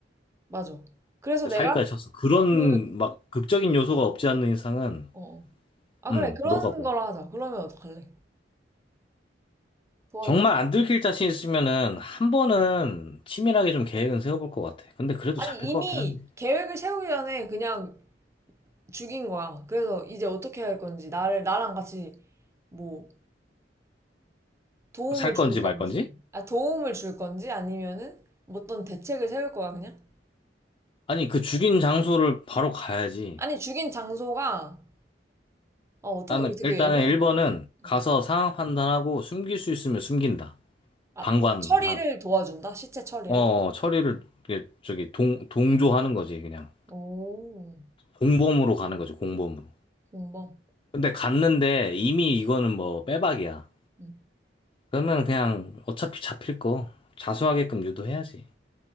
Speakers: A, on the right (about 15°); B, on the left (about 30°).
A: 맞아. 그래서
B: 근데
A: 내가
B: 사기까지 쳤어. 그런
A: 그,
B: 막 극적인 요소가 없지 않는 이상은
A: 어. 아,
B: 응.
A: 그래, 그런
B: 너가 뭐
A: 거로 하자. 그러면 어떡할래? 도와줄래?
B: 정말 안 들킬 자신 있으면은 한 번은 치밀하게 좀 계획은 세워볼 것 같아. 근데 그래도
A: 아니,
B: 잡힐
A: 이미
B: 것 같긴 한데.
A: 계획을 세우기 전에 그냥 죽인 거야. 그래서 이제 어떻게 할 건지, 나를, 나랑 같이 뭐 도움을
B: 살
A: 줄
B: 건지
A: 건지,
B: 말 건지?
A: 아, 도움을 줄 건지 아니면은 뭐 어떤 대책을 세울 거야, 그냥?
B: 아니, 그 죽인 장소를 바로 가야지.
A: 아니, 죽인 장소가, 어, 어떻게
B: 나는
A: 되게
B: 일단은
A: 애매한,
B: 1번은 가서
A: 어.
B: 상황 판단하고 숨길 수 있으면 숨긴다.
A: 아,
B: 방관,
A: 처리를 도와준다? 시체 처리를?
B: 어, 처리를, 이게 저기, 동, 동조하는 거지, 그냥.
A: 오,
B: 공범으로 가는 거지, 공범으로.
A: 공범.
B: 근데 갔는데 이미 이거는 뭐 빼박이야.
A: 음.
B: 그러면 그냥 어차피 잡힐 거 자수하게끔 유도해야지.